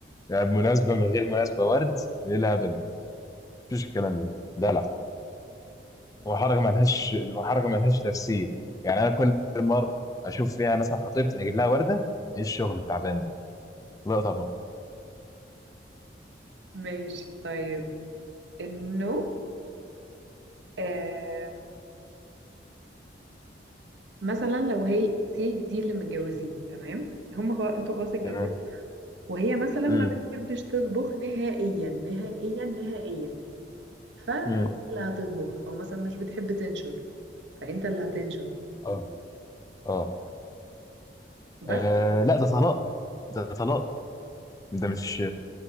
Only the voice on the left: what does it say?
يعني مناسبة من غير مناسبة ورد ايه الهبل ده مفيش الكلام ده دلع وحركه ما لهاش وحركه ما لهاش تفسير يعني انا كل مره اشوف فيها مثلا خطيبتي اجيب لها ورده ايه الشغل التعبان ده لا طبعا
تمام
امم
امم
اه اه
آه، لا ده طلاق ده طلاق ده مش